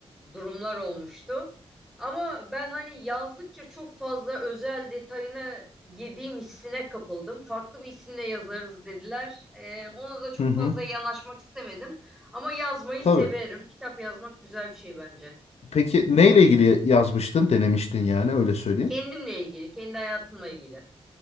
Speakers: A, in the centre; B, on the left.
A: durumlar olmuştu. Ama ben hani yazdıkça çok fazla özel detayına girdiğim hissine kapıldım. Farklı bir isimle yazarız dediler. E, ona da çok
B: Hı hı.
A: fazla yanaşmak istemedim. Ama yazmayı
B: Tabii.
A: severim. Kitap yazmak güzel bir şey bence.
B: Peki neyle ilgili yazmıştın, denemiştin yani öyle söyleyeyim.
A: Kendimle ilgili, kendi hayatımla ilgili.